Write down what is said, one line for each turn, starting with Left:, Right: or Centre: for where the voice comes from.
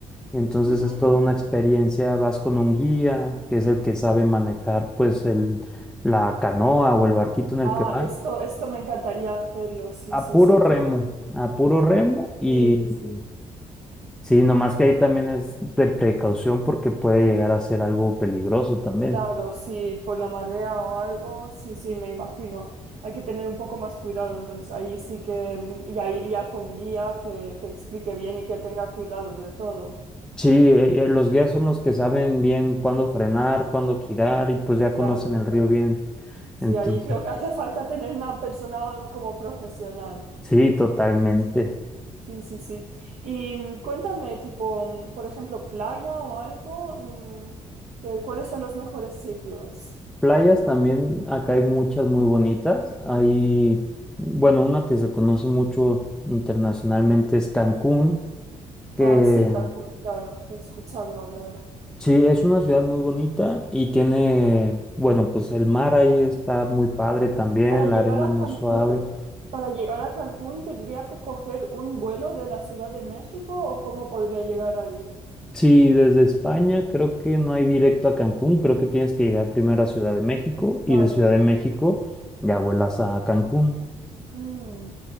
Centre: y entonces
Right: ujú.
Centre: es toda una experiencia. Vas con un guía que es el que sabe manejar pues el, la canoa o el barquito en el
Right: Ah,
Centre: que van.
Right: esto, esto me encantaría hacerlo. Sí,
Centre: A
Right: sí,
Centre: puro
Right: sí, sí,
Centre: remo, a puro remo y
Right: sí, sí.
Centre: Mm.
Right: sí.
Centre: Sí, nomás que ahí también es de precaución porque puede llegar a ser algo peligroso también.
Right: Claro, sí, por la marea o algo, sí, sí, me imagino. Hay que tener un poco más cuidado, entonces ahí sí que mm, ya iría con guía que, que explique bien y que tenga cuidado de todo.
Centre: Sí, eh, eh, los guías son los que saben bien cuándo frenar, cuándo girar y pues ya
Right: Claro,
Centre: conocen el río
Right: claro.
Centre: bien.
Right: Sí,
Centre: Entonces,
Right: ahí creo que <laughs> hace falta tener una persona como profesional.
Centre: sí, totalmente.
Right: Sí, sí, sí. Y mm, cuéntame, tipo, mm, por ejemplo, playa o algo, mm, que, ¿cuáles son los mejores sitios?
Centre: Playas también, acá hay muchas muy bonitas. Hay, bueno, una que se conoce mucho internacionalmente es Cancún, que
Right: Ah, sí, Cancún, claro, he escuchado hablar.
Centre: Sí, es una ciudad muy bonita y tiene, bueno, pues el mar ahí está muy padre también,
Right: Para llegar
Centre: la arena
Right: a
Centre: muy
Right: Cancún,
Centre: suave.
Right: para llegar a Cancún tendría que coger un vuelo de la Ciudad de México o cómo podría llegar ahí.
Centre: Sí, desde España creo que no hay directo a Cancún, creo que tienes que llegar primero a Ciudad de México
Right: Claro.
Centre: y de Ciudad de México ya vuelas a Cancún.
Right: Mm,